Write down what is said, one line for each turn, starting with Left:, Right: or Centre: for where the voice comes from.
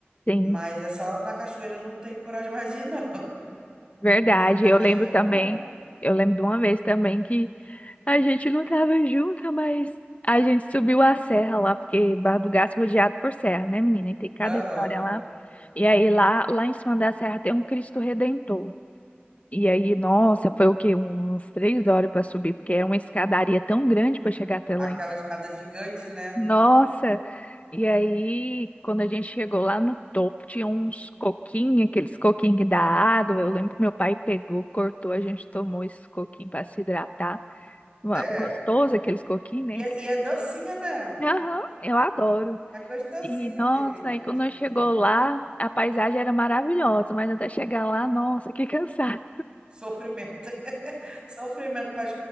Left: sim.
Right: Mas é só na cachoeira eu não tenho coragem mais de ir, não. <laughs>
Left: Verdade.
Right: Na
Left: Eu
Right: cachoeira,
Left: lembro também,
Right: não.
Left: eu lembro de uma vez também que a gente não tava junta, mas a gente subiu a serra lá, porque Barra do Gás é rodeado por serra, né, menina? E tem cada
Right: Aham.
Left: história lá. E aí lá, lá em cima da serra tem um Cristo Redentor. E aí, nossa, foi o quê? Uns três horas para subir, porque é uma escadaria tão grande para chegar até
Right: Aquela
Left: lá em cima.
Right: escada gigante, né?
Left: Nossa, e aí quando a gente chegou lá no topo, tinha uns coquinhos, aqueles coquinhos que dá água. Eu lembro que meu pai pegou, cortou, a gente tomou esses coquinhos para se hidratar. Uma-
Right: É.
Left: Gostoso aqueles coquinhos, né?
Right: E é, e é docinho, né?
Left: Aham, eu adoro.
Right: É gostosinho
Left: E nossa,
Right: aquele, aquele
Left: aí quando
Right: pouquinho
Left: chegou lá, a paisagem era maravilhosa, mas até chegar lá, nossa, <laughs> que cansado
Right: Sofrimento. <laughs> Sofrimento para